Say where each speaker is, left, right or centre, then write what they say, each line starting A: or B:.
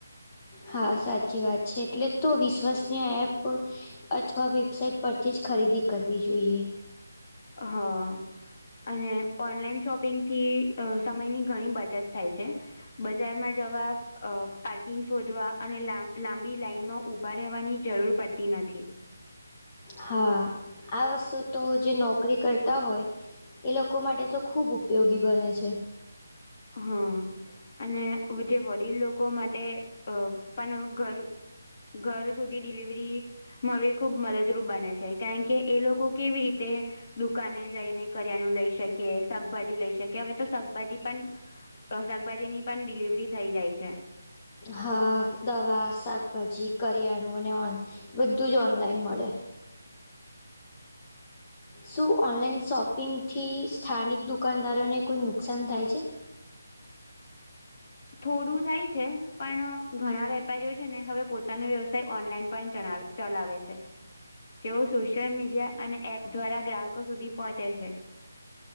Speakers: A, on the left (about 30°); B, on the left (about 50°).
A: હા સાચી વાત છે એટલે તો વિશ્વસનીય એપ પર અથવા વેબસાઇટ પરથી જ ખરીદી કરવી જોઈએ.
B: અ હા. અને ઓનલાઈન શોપિંગથી અ સમયની ઘણી બચત થાય છે. બજારમાં જવા અ પાર્કિંગ શોધવા અને લાબ, લાંબી લાાઈનમાં ઊભા રહેવાની જરૂર પડતી નથી.
A: હા આ વસ્તુ તો જે નોકરી કરતા હોય એ લોકો માટે તો ખૂબ ઉપયોગી બને છે.
B: હા અને જે વડીલ લોકો માટે અ પણ ઘર ઘર સુધી ડિલિવરી મળવી ખૂબ મદદરૂપ બને છે કારણ કે એ લોકો કેવી રીતે દુકાને જઈને કરિયાનું લઈ શકે, શાકભાજી લઈ શકે. હવે તો શાકભાજી પણ શાકભાજીની પણ ડિલિવરી થઈ જાય છે.
A: હા દવા, શાકભાજી, કરિયાણું ને ઓન બધું જ ઓનલાઈન મળે. શું ઓનલાઈન શોપિંગથી સ્થાનિક દુકાનદારોને કોઈ નુકસાન થાય છે?
B: થોડું થાય છે પણ ઘણા વેપારીઓ છે ને હવે પોતાનો વ્યવસાય ઓનલાઈન પણ ચલાવે. ચલાવે છે. તેઓ સોશિયલ મીડિયા અને એપ દ્વારા ગ્રાહકો સુધી પહોંચે છે.